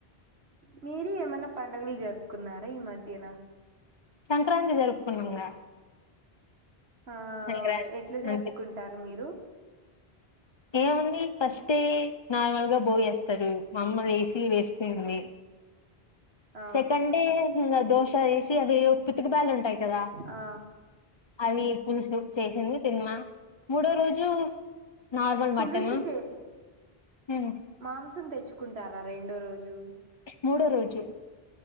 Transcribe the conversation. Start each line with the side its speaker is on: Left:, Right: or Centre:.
Right: మీర ఏమన్నా పండగలు జరుపుకున్నారా ఈ మధ్యన
Left: సంక్రాంతి జరుపుకున్నాంగా
Right: ఆ
Left: సంక్రాంతి
Right: ఎట్లా జరుపుకుంటారు
Left: అంతే
Right: మీరు
Left: ఏముంది ఫస్ట్ నార్మల్గా బోగేస్తారు మమ్మల్ని ఏసి వేస్త ఉంది
Right: ఆ
Left: సెకండ్ డే ఉమ్ ఆ దోశ వేసి అవి పితకబరిన కటదా
Right: ఆ
Left: అవి పులుసు చేసింది తిన్నమా మూడో రోజు నార్మల్
Right: పులుసు
Left: మటన్ మా.
Right: చే
Left: ఉమ్.
Right: మాంసం తెచ్చుకుంటారా రెండో రోజు.
Left: మూడో రోజు.